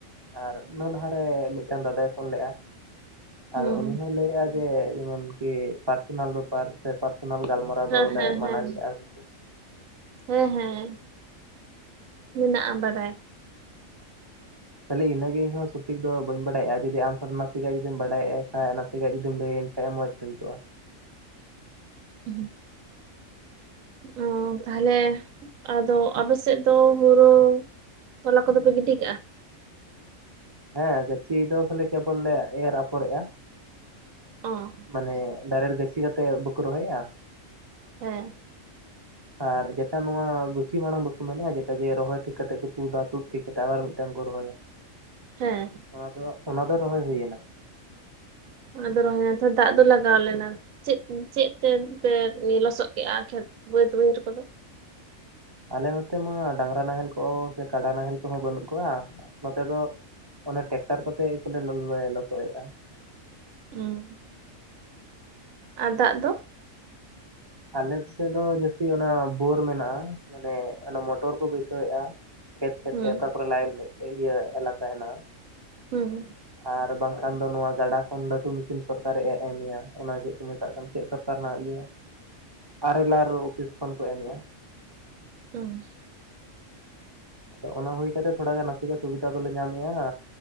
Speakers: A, on the right; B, on the right.
A: ᱟᱨ ᱤᱱᱟᱹ ᱞᱟᱦᱟᱨᱮ ᱢᱤᱫᱴᱟᱝ ᱫᱟᱫᱟᱭ ᱯᱷᱳᱱ ᱞᱮᱫᱼᱟ
B: ᱦᱩᱸ
A: ᱟᱫᱚ ᱩᱱᱤ ᱦᱚᱸᱭ ᱞᱟᱹᱭᱮᱫᱼᱟ ᱡᱮ ᱡᱮᱢᱚᱱᱠᱤ ᱯᱟᱨᱥᱚᱱᱟᱞ ᱵᱮᱯᱟᱨ ᱥᱮ ᱯᱟᱨᱥᱚᱱᱟᱞ ᱜᱟᱞᱢᱟᱨᱟᱣ
B: ᱦᱮᱸ
A: ᱠᱟ ᱫᱚᱞᱮ
B: ᱦᱮᱸ
A: ᱢᱟᱱᱟᱮᱫᱼᱟ
B: ᱦᱮᱸ
A: ᱥᱮ ᱪᱮᱫ
B: ᱦᱮᱸ ᱦᱮᱸ ᱢᱮᱱᱟᱜᱼᱟ ᱵᱟᱲᱟᱭ
A: ᱠᱷᱟᱹᱞᱤ ᱤᱱᱟᱜᱮ ᱤᱧ ᱦᱚᱸ ᱥᱚᱴᱷᱤᱠ ᱫᱚ ᱵᱟᱹᱧ ᱵᱟᱰᱟᱭᱮᱜᱼᱟ ᱡᱩᱫᱤ ᱟᱢ ᱠᱷᱚᱱ ᱱᱟᱥᱮᱱᱟᱜ ᱡᱩᱫᱤᱢ ᱵᱟᱰᱟᱭᱮᱜ ᱠᱷᱟᱡ ᱱᱟᱥᱮᱱᱟᱜ ᱡᱩᱫᱤᱢ ᱞᱟᱹᱭ ᱟᱸᱧ ᱡᱟᱷᱡ ᱦᱩᱭ ᱠᱚᱜ-ᱟ,
B: <inaudible> ᱚ ᱛᱟᱦᱚᱞᱮ ᱟᱫᱚ ᱟᱯᱮᱥᱮᱫ ᱫᱚ ᱦᱩᱲᱩ ᱛᱚᱞᱟ ᱠᱚᱫᱚ ᱯᱮ ᱜᱤᱰᱤ ᱠᱟᱜ-ᱟ,
A: ᱦᱮᱸ ᱜᱟᱹᱪᱷᱤ ᱫᱚ ᱠᱷᱟᱞᱮ ᱠᱮᱵᱚᱞ ᱞᱮ ᱮᱨ ᱟᱯᱷᱚᱨᱮᱜᱼᱟ,
B: ᱚᱸ
A: ᱢᱟᱱᱮ ᱰᱟᱭᱨᱮᱠᱴ ᱜᱟᱪᱷᱤ ᱠᱟᱛᱮᱫ ᱵᱟᱠᱚ ᱨᱚᱦᱚᱭᱟ,
B: ᱦᱮᱸ
A: ᱟᱨ ᱡᱮᱴᱟ ᱱᱚᱣᱟ ᱜᱩᱪᱷᱤ ᱢᱟᱲᱟᱝ ᱵᱟᱠᱚ ᱢᱮᱱᱮᱫᱼᱟ ᱡᱮᱴᱟ ᱡᱮ ᱨᱚᱦᱚᱭ ᱴᱷᱤᱠ ᱠᱟᱛᱮᱫ ᱠᱚ ᱛᱩᱫᱟ ᱛᱩᱫ, ᱴᱷᱤᱠ ᱠᱟᱛᱮ ᱟᱨ ᱢᱤᱫᱴᱟᱝ ᱠᱚ ᱨᱚᱦᱚᱭᱟ,
B: ᱦᱮᱸ
A: ᱚᱱᱟ ᱫᱚ ᱚᱱᱟ ᱫᱚ ᱨᱚᱦᱚᱭ ᱦᱩᱭᱮᱱᱟ,
B: ᱟᱫᱚ ᱨᱚᱦᱚᱭ ᱟᱪᱪᱷᱟ ᱫᱟᱜ ᱫᱚ ᱞᱟᱜᱟᱣ ᱞᱮᱱᱟ, ᱪᱮᱫ ᱪᱮᱫ ᱛᱮᱯᱮ ᱞᱚᱥᱚᱫ ᱠᱮᱫᱼᱟ ᱠᱷᱮᱛ ᱵᱟᱹᱫᱽ ᱵᱟᱹᱭᱦᱟᱹᱲ ᱠᱚᱫᱚ,
A: ᱟᱞᱮ ᱱᱚᱛᱮ ᱢᱟ ᱰᱟᱝᱨᱟ ᱱᱟᱦᱮᱞ ᱠᱚ ᱥᱮ ᱠᱟᱰᱟ ᱱᱟᱦᱮᱞ ᱠᱚᱦᱚᱸ ᱵᱟᱹᱱᱩᱜ ᱠᱚᱣᱟ ᱱᱚᱛᱮ ᱫᱚ, ᱚᱱᱟ ᱴᱮᱠᱴᱟᱨ ᱠᱚᱛᱮ ᱠᱚᱞᱮᱚᱞ ᱞᱚᱥᱚᱫᱮᱫᱼᱟ,
B: ᱩᱸ ᱟᱨ ᱫᱟᱜ ᱫᱚ,
A: ᱟᱞᱮ ᱥᱮᱫ ᱫᱚ ᱡᱟᱹᱥᱛᱤ ᱚᱱᱟ ᱵᱳᱨ ᱢᱮᱱᱟᱜᱼᱟ ᱢᱟᱱᱮ ᱚᱱᱟ ᱢᱚᱴᱚᱨ ᱠᱚ ᱵᱟᱹᱭᱥᱟᱹᱣᱮᱫᱼᱟ ᱠᱷᱮᱛ ᱠᱷᱮᱛ
B: ᱦᱩᱸ
A: ᱛᱮ ᱚᱠᱟ ᱠᱚᱨᱮ ᱞᱟᱭᱤᱱ ᱤᱭᱟᱹ ᱮᱞᱟᱠᱟ ᱦᱮᱱᱟᱜᱼᱟ
B: ᱦᱩᱸ
A: ᱟᱨ ᱵᱟᱝᱠᱷᱟᱱ ᱫᱚ ᱱᱚᱣᱟ ᱜᱟᱰᱟ ᱠᱷᱚᱱ ᱞᱟᱹᱴᱩ ᱢᱮᱥᱤᱱ ᱥᱚᱨᱠᱟᱨᱮ ᱮ ᱮᱢᱮᱭᱟ ᱚᱱᱟ ᱪᱮᱫ ᱠᱚ ᱢᱮᱛᱟᱜ ᱠᱟᱱᱟ ᱪᱮᱫ ᱥᱚᱨᱠᱟᱨ ᱨᱮᱱᱟᱜ ᱤᱭᱟᱹ ᱟᱨᱮᱞ ᱟᱨ ᱚᱯᱷᱤᱥ ᱠᱷᱚᱱ ᱠᱚ ᱮᱢᱮᱫᱼᱟ
B: ᱦᱩᱸ
A: ᱟᱫᱚ ᱚᱱᱟ ᱦᱩᱭ ᱠᱟᱛᱮ ᱛᱷᱚᱲᱟᱟᱜᱟᱱ ᱱᱟᱥᱮᱭᱟᱜ ᱥᱩᱵᱤᱫᱷᱟ ᱫᱚᱞᱮ ᱧᱟᱢᱮᱭᱼᱟ